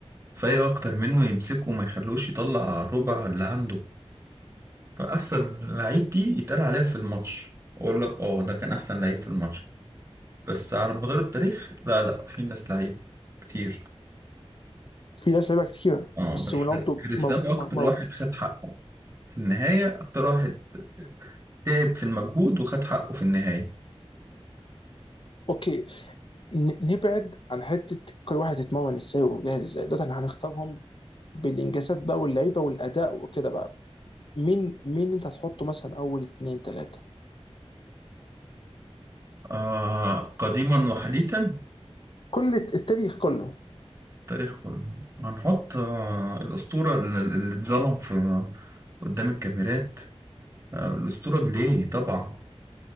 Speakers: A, on the right; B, on the left.
A: فايق اكتر منه يمسكه وما يخلوش يطلع ربع اللي عنده فاحسن لعيب دي يتقال عليها في الماتش اقول لك اه ده كان احسن لعيب في الماتش بس على مدار التاريخ لا لا في ناس لعيب كتير
B: في ناس لعيبه كتيره
A: اه
B: بس
A: بس
B: رونالدو
A: كريستيانو
B: مو...
A: اكتر
B: مو...
A: واحد خد حقه في النهاية اكتر واحد تعب في المجهود وخد حقه في النهاية
B: اوكي ن... نبعد عن حته كل واحد يتمرن ازاي وجاهز ازاي دلوقتي احنا هنختارهم بالانجازات بقى واللعيبه والاداء وكده بقى مين مين انت هتحطه مثلا اول اتنين تلاته
A: آه قديما وحديثا
B: كل الت- التاريخ كله
A: تاريخ كله هنحط آه الأسطورة اللي اللي اتظلم في قدام الكاميرات آه الأسطورة بليه طبعا